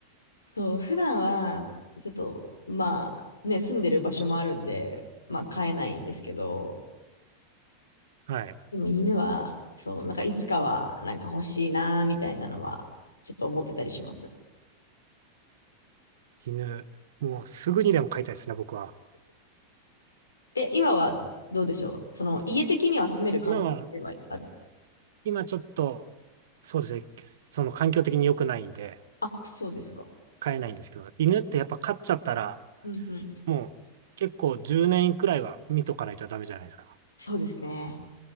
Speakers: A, on the left; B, on the right.
A: そう、普段は、ちょっと、まあ、ね、住んでる場所もあるんで、まあ、飼えないんですけど、
B: はい。
A: でも犬は、そう、なんかいつかは、なんか欲しいな、みたいなのは、ちょっと思ってたりします。
B: 犬。もうすぐにでも飼いたいですね、僕は。
A: え、今はどうでしょうその、家的には住める環境ではある。
B: 今は、今ちょっと、そうですね、その環境的に良くないんで、
A: あ、そうですか。
B: 飼えないんですけど、犬ってやっぱ飼っちゃったら、
A: うんうん。
B: もう結構10年くらいは見とかないとダメじゃないですか。
A: そうですね。